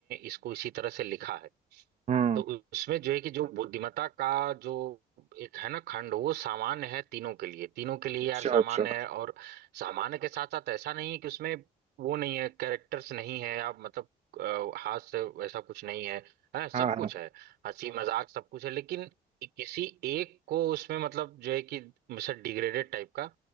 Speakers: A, on the right; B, on the right.
A: इसको इसी तरह से लिखा है
B: हम्म
A: तो उसमें जो है कि जो बुद्धिमत्ता का जो एक है ना खंड वो सामान्य है तीनों के लिए तीनों के लिए
B: अच्छा
A: यार सामान्य
B: अच्छा
A: है और सामान्य के साथ साथ ऐसा नहीं है कि उसमें वो नहीं है कैरेक्टर्स नहीं है आप मतलब अ, हाथ से वैसा कुछ नहीं है, है सब
B: हाँ
A: कुछ है हंसी मजाक सब कुछ है लेकिन किसी एक को उसमें मतलब जो है कि मतलब डिग्रेडेड टाइप का